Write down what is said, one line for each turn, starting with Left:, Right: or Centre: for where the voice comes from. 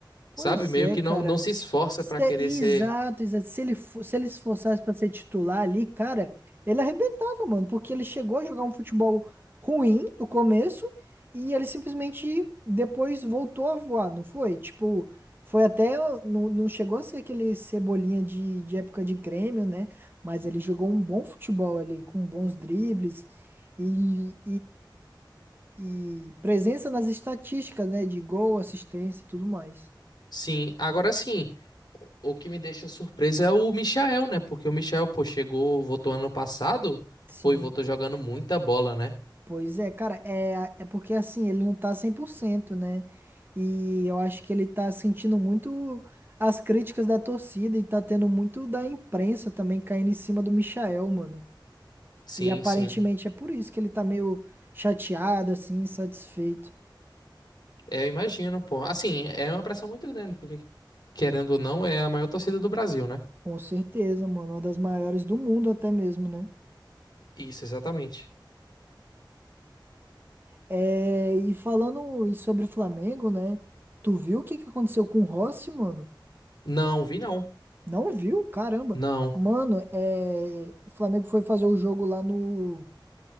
Right: Pois
Left: sabe? Meio
Right: é,
Left: que
Right: cara.
Left: não, não se esforça
Right: Se-
Left: pra querer
Right: exato,
Left: ser.
Right: exato. Se ele, fo- se ele se esforçasse pra ser titular ali, cara, ele arrebentava, mano, porque ele chegou a jogar um futebol ruim no começo e ele simplesmente depois voltou a voar, não foi? Tipo, foi até. Não, não chegou a ser aquele cebolinha de, de época de Grêmio, né? Mas ele jogou um bom futebol ali, com bons dribles e, e, e presença nas estatísticas, né? De gol, assistência e tudo mais.
Left: Sim, agora sim. O o que me deixa surpreso é o Michael, né? Porque o Michael, pô, chegou, votou ano passado,
Right: Sim,
Left: pô, e votou jogando muita bola, né?
Right: pois é, cara, é, é porque assim, ele não tá 100% né? E eu acho que ele tá sentindo muito as críticas da torcida e tá tendo muito da imprensa também caindo em cima do Michael, mano.
Left: Sim,
Right: E aparentemente
Left: sim.
Right: é por isso que ele tá meio chateado, assim, insatisfeito.
Left: É, Eu imagino, pô. Assim, é uma pressão muito grande, porque, querendo ou não, é a maior torcida do Brasil, né?
Right: Com certeza, mano, uma das maiores do mundo até mesmo, né?
Left: Isso, exatamente.
Right: É, e falando em- sobre Flamengo, né? Tu viu o que que aconteceu com o Rossi, mano?
Left: Não, vi não.
Right: Não viu? Caramba.
Left: Não.
Right: Mano, é... o Flamengo foi fazer o jogo lá no.